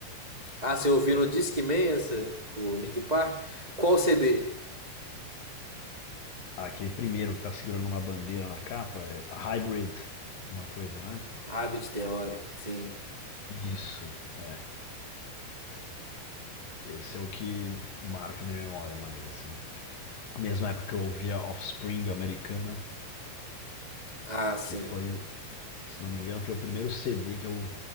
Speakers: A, on the right (about 20°); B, on the left (about 55°).
A: Ah, você ouviu no Discman essa, o Link Park? Qual CD?
B: aquele primeiro que tá segurando uma bandeira na capa, é a Hybrid, uma coisa, né?
A: Rabbit Theory, sim.
B: Isso, é. Esse é o que marca minha memória mais, assim. Mesma época que eu ouvia Offspring americana,
A: Ah, sim.
B: que foi, se não me engano, foi o primeiro CD que eu